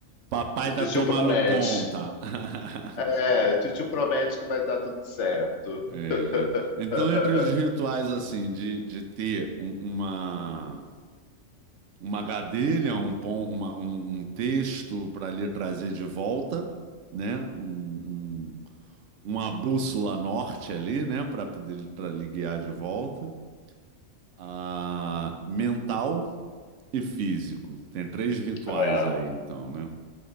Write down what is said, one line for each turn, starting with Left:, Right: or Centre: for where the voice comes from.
Right: Papai
Left: O
Right: tá
Left: tio
Right: tomando
Left: promete.
Right: conta. <laughs>
Left: É, o tio promete que vai dar tudo certo.
Right: Entendi.
Left: <laughs>
Right: Então, entre os rituais, assim, de, de ter um- uma uma gadelha, um, pon- uma- um, um texto para lhe trazer de volta, né? Um, um, uma bússola norte ali, né? Para poder lhe, tra- lhe guiar de volta. Ah, mental e físico. Tem três rituais
Left: É.
Right: aí, então, né?